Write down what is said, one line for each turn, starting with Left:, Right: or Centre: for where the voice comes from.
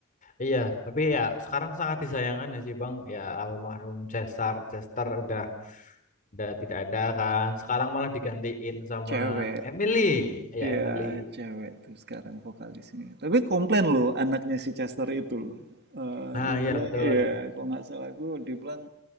Left: iya, tapi ya sekarang sangat disayangkan gak sih Bang? Ya almarhum Chester Chester udah udah tidak ada kan. Sekarang malah digantiin sama
Right: Cewek.
Left: Emily. Ya
Right: Iya,
Left: Emily.
Right: cewek tuh sekarang vokalisnya. Tapi komplain loh anaknya si Chester itu loh. Eh,
Left: Nah,
Right: dia
Left: iya
Right: bilang,
Left: betul.
Right: iya, kalau nggak salah aku, dia bilang